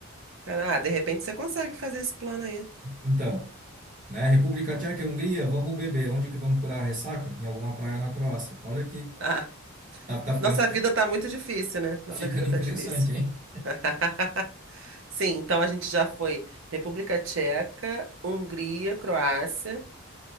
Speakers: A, on the right (about 60°); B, on the right (about 35°).
A: Cara, ah, de repente você consegue fazer esse plano aí.
B: Então, né, República Tcheca e Hungria, vamos beber. Onde que vamos curar a ressaca? Em alguma praia na Croácia. Olha aqui,
A: Ah,
B: tá, tá ficando,
A: nossa
B: in- <laughs>
A: vida tá muito difícil, né? Nossa
B: tá ficando
A: vida
B: interessante,
A: tá difícil.
B: hein?
A: <laughs> Sim, então a gente já foi República Tcheca, Hungria, Croácia.